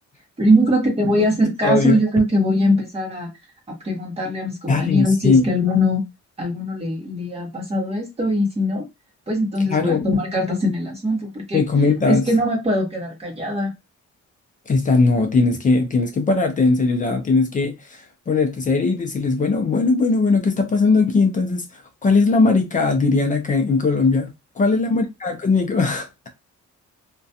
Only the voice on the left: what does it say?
No,
Los
Odio.
Dale, sí,
claro.
Me comentas,
esta no, tienes que, tienes que pararte, en serio, ya tienes que ponerte serio y decirles, bueno, bueno, bueno, bueno, ¿qué está pasando aquí? Entonces, ¿cuál es la maricada? Dirían acá en Colombia. ¿Cuál es la maricada conmigo? <laughs>